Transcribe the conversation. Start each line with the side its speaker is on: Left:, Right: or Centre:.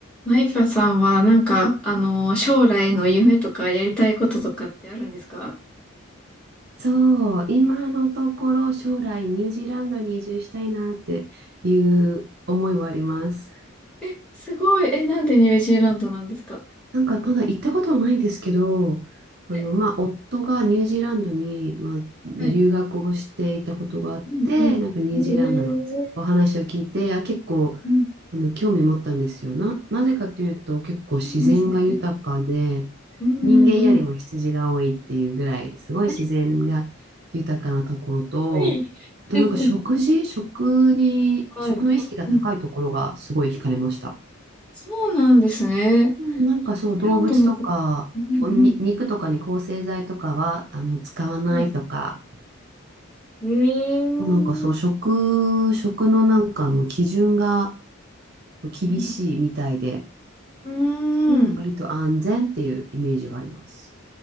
Centre: マイカさんは、なんか、あのー将来の夢とかやりたいこととかってあるんですか
Right: そう、今のところ将来ニュージーランドに移住したいなっていう思いはあります。
Centre: え、すごい。え、なんでニュージーランドなんですか
Right: なんかまだ行ったことはないんですけど、あの、
Centre: はい。
Right: まあ、夫がニュージーランドに、まあ、留学をしていたことがあって、
Centre: はい。うんうん。
Right: なんかニュージーランドのお話を聞いて、
Centre: えー、
Right: あ、結構、
Centre: うん。
Right: あの、興味持ったんですよ。な、なぜかというと、結構自然が豊かで、
Centre: そうなんですね。うんうんうん。
Right: 人間よりも羊が多いっていうぐらい、すごい自然が豊かなところと、
Centre: あれはい。
Right: あとなんか食事、
Centre: <laughs>
Right: 食に、
Centre: はい。
Right: 食の意識が高いところがすごい惹かれました。
Centre: うん、そうなんですね。ニュージ
Right: なんかそう、動物とか、
Centre: ーランドのこと。うん
Right: おに、肉とかに抗生剤とかは、あの、使わないとか、
Centre: うん。はい。ええ
Right: なんかそう、食、食のなんかあの基準が厳しいみたいで、
Centre: うん。うー
Right: うん、
Centre: ん。
Right: 割と安全っていうイメージがあります。